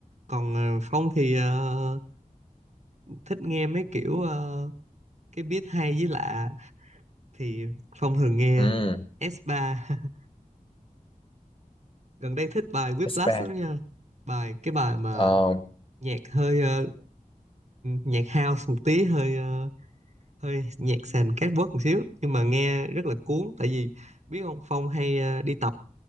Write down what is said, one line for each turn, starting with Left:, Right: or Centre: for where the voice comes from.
Right: còn ờ, Phong thì ờ, thích nghe mấy kiểu ờ, cái beat hay với lạ thì Phong thường nghe
Left: Ừ,
Right: S3 <laughs> gần đây thích bài Whiplash
Left: S3
Right: lắm nha bài cái bài mà
Left: ờ,
Right: nhạc hơi ờ, nhạc house một tí hơi ờ, hơi nhạc sàn cát bớt một xíu nhưng mà nghe rất là cuốn tại vì biết không Phong hay ờ, đi tập